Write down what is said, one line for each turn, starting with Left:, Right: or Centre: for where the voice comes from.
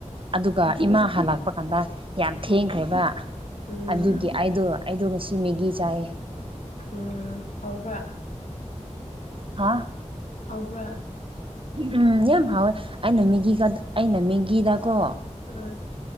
Right: ꯑꯗꯨꯒ ꯏꯃꯥ ꯍ ꯂꯥꯛꯄ ꯀꯥꯟꯗ ꯌꯥꯝ ꯊꯦꯡꯈ꯭ꯔꯦꯕ
Left: ꯎꯝ
Right: ꯑꯗꯨꯒꯤ ꯑꯩꯗꯣ ꯑꯩꯗꯣ ꯉꯁꯤ ꯃꯦꯒꯤ ꯆꯥꯏꯌꯦ
Left: ꯎꯝ ꯍꯕ꯭ꯔ
Right: ꯍꯥꯥ
Left: ꯍꯧꯕ꯭ꯔꯥ
Right: ꯎꯝ ꯌꯥꯝ ꯍꯥꯎꯋꯦ ꯑꯩꯅ ꯃꯦꯒꯤꯒꯗ ꯑꯩꯅ ꯃꯦꯒꯤꯗꯀꯣ
Left: ꯑꯥ